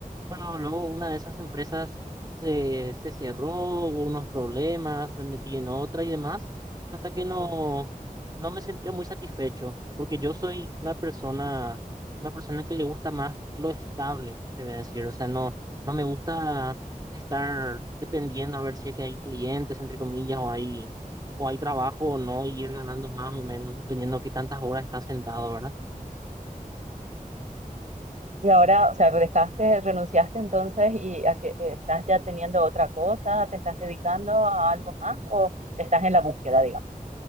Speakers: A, on the right; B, on the right.
A: pero luego una de esas empresas se, se cerró, hubo unos problemas, me metí en otra y demás, hasta que
B: Ah,
A: no, no me sentía muy satisfecho, porque yo soy una persona, una persona que le gusta más lo estable, te voy a decir, o sea, no, no me gusta estar dependiendo a ver si es que hay clientes, entre comillas, o hay, o hay trabajo o no, y ir ganando más o menos, dependiendo de qué tantas horas estás sentado, ¿verdad?
B: Y ahora, o sea, dejaste, renunciaste entonces y a que eh, estás ya teniendo otra cosa, te estás dedicando a algo más o estás en la búsqueda, digamos.